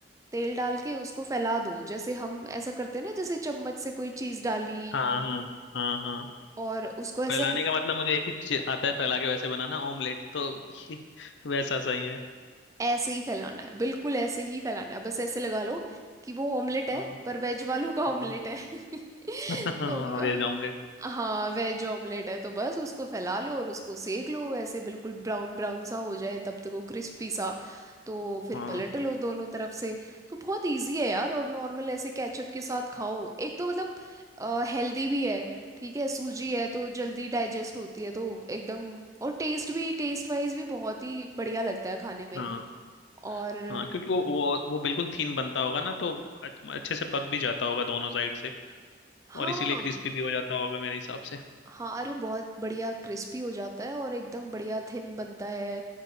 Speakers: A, on the right (about 15°); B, on the left (about 65°).
A: तेल डाल के उसको फैला दो जैसे हम ऐसा करते हैं ना जैसे चम्मच से कोई चीज़ डाली
B: हाँ हाँ हाँ। हाँ।
A: और उसको ऐसे
B: फैलाने का मतलब मुझे एक ही चीज आता है फैला के वैसे बनाना ऑमलेट तो ये <laughs> वैसा सही है
A: ऐसे ही फैलाना है बिल्कुल ऐसे ही फैलाना है बस ऐसे लगा लो कि वो ऑमलेट है
B: हाँ
A: पर वेज वालों का
B: हाँ।
A: ऑमलेट है <laughs>
B: हाँ
A: तो
B: वेज
A: हाँ
B: ऑमलेट
A: हाँ वेज ऑमलेट है तो बस उसको फैला लो और उसको सेक लो ऐसे बिल्कुल ब्राउन ब्राउन सा हो जाए तब तक वो क्रिस्पी सा तो फिर
B: हाँ
A: पलट लो दोनों तरफ से तो बहुत इजी है यार और नॉर्मल ऐसे केचप के साथ खाओ एक तो मतलब हेल्दी भी है ठीक है सूजी है तो जल्दी डाइजेस्ट होती है तो एकदम और टेस्ट भी टेस्ट वाइज भी बहुत ही बढ़िया लगता है खाने में
B: हाँ
A: और
B: हाँ क्योंकि वो वो वो बिल्कुल थीन बनता होगा ना तो अच्छ- अच्छे से पक भी जाता होगा दोनों साइड से और
A: हाँ
B: इसीलिए क्रिस्पी भी हो जाता होगा मेरे हिसाब से
A: हाँ अरे बहुत बढ़िया क्रिस्पी हो जाता है और एकदम बढ़िया थिन बनता है